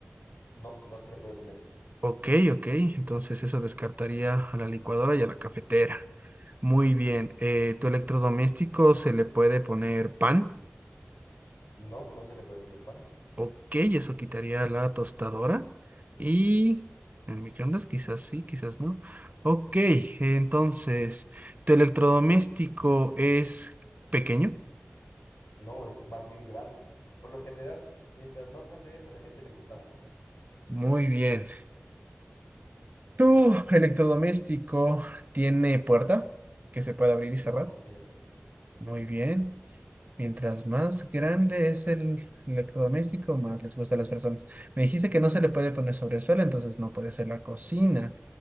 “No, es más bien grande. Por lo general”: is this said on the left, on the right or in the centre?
Left